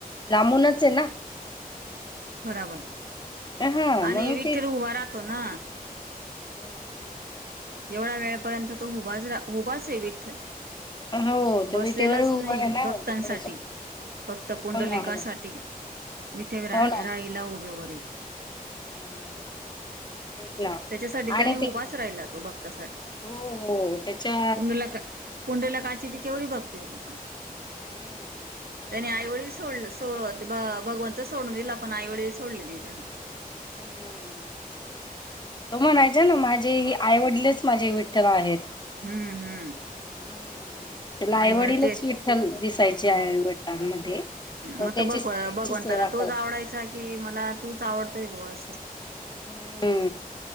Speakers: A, on the left (about 30°); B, on the right (about 80°).
A: लांबूनच आहे ना
B: बराबर
A: हा मग
B: आणि
A: मी
B: विठ्ठल
A: ते
B: उभा राहतो ना
A: हम्म.
B: एवढ्या वेळापर्यंत तो उभा उभाच आहे विठ्ठल.
A: हो तो
B: बसलेलाच
A: विटेवर उभा
B: नाही
A: आहे ना
B: भक्तांसाठी
A: तो बस
B: भक्त पुंडलेखासाठी
A: हो ना हो ना
B: विटे रा
A: हो ना
B: राहिला उभेवरी
A: हम्म तेच ना
B: त्याच्यासाठी त्याने
A: आणि
B: उभाच
A: ते
B: राहिला तो भक्तासाठी
A: हो हो त्याच्या
B: उंडला पुंडेला काची बी केवढी भक्ती होती पण
A: हम्म.
B: त्यानी आईवडील सोडल, सोड भगवंत सोडून दिला पण आईवडील सोडले नाही त्याने. <unintelligible>
A: हम्म तो म्हणायचा ना, माझे आईवडीलच माझे विठ्ठल आहेत.
B: हम्म हम्म.
A: हम्म. त्याला आईवडीलच
B: आईवड ते
A: विठ्ठल दिसायचे,
B: हम्म
A: आईवडीलां मध्ये तो
B: मग
A: त्याची
B: भग
A: त्यांची
B: भगवंताला
A: सेवा- करत
B: तोच आवडायचा
A: असे.
B: की मला तूच आवडतोय भो असं.
A: हम्म.